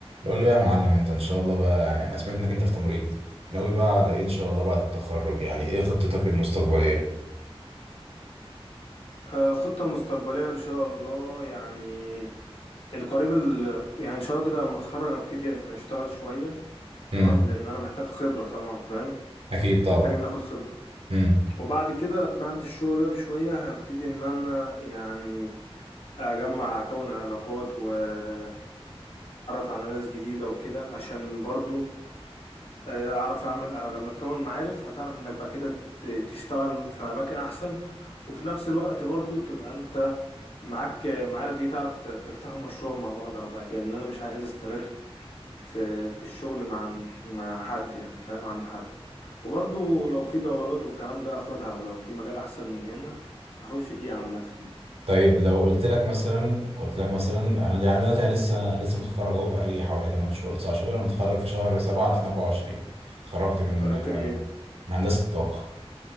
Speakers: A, on the right (about 70°); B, on the left (about 70°).
A: قول لي بقى يا معلم انت ان شاء الله بقى يعني انا سمعت انك انت في تمريض ناوي بقى على ايه ان شاء الله بعد التخرج يعني ايه خطتك المستقبليه
B: آه، خطة مستقبلية إن شاء الله يعني القريب ال... يعني إن شاء الله كده لما أتخرج هبتدي إن أشتغل شوية
A: امم
B: تمام لأن أنا محتاج خبرة طبعا فاهم
A: اكيد طبعا
B: محتاج إن آخد خبرة
A: امم
B: وبعد كده بعد الشغل ده بشوية هبتدي إن أنا يعني أجمع أكون علاقات وأتعرف على ناس جديدة وكده عشان برضو آه، اعرف اعمل آه، لما تكون معارف هتعرف انك بعد كده ت- تشتغل في اماكن احسن وفي نفس الوقت برضو تبقى انت معاك آه، معارف دي تعرف ت- تفتحوا مشروع مع بعض او بعد كده ان انا مش عايز استمر في في الشغل مع مع حد يعني فاهم عند حد وبرضو لو في دورات والكلام ده هاخدها ولو في مجال احسن من هنا هخش فيه عامة يعني
A: طيب لو قلت لك مثلا قلت لك مثلا انا يعني دلوقتي انا لسه لسه متخرج اهو بقالي حوالي 8 شهور 9 شهور انا متخرج في شهر 7 2024 اتخرجت من
B: خرجت من ايه؟
A: من هندسه الطاقه